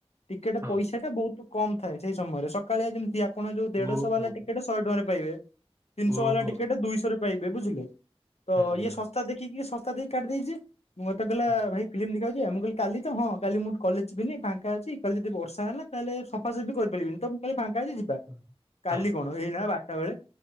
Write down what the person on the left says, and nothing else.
ଟିକେଟ
ପଇସା ଟା ବହୁତ କମ ଥାଏ। ସେଇ ସମୟରେ ସକାଳେଆ ଯେମିତି ଆପଣ ଯୋଉ ଦେଢଶହ
ବାଲା ଟିକେଟ ଶହେ ଟଙ୍କାରେ ପାଇବେ। ତିନିଶହ
ବାଲା ଟିକେଟ ଦୁଇଶହରେ ପାଇବେ, ବୁଝିଲେ। ତ
ଇଏ ଶସ୍ତା ଦେଖିକି ସ ଛତା ଦେଇ କାଢିଦେଇଚି ମତେ କହିଲା-ଆ-ଆ
ଭାଇ ଫିଲ୍ମ ଦେଖିବାକୁ କିଏ ମୁଁ କହ କାଲି ତ ହଁ କାଲି ମୁଁ କଲେଜ ଯିବିନି ଫାଙ୍କା ଅଛି କାଲି ଯଦି ବର୍ଷା ହେଲା ତାହେଲେ ସଫା ସଫି କରି <unintelligible> ତ କାଲି ଫାଙ୍କା ଅଛି। ଯିବା
କାଲି
କଣ ଏଇନା ବାରଟା ବେଳେ।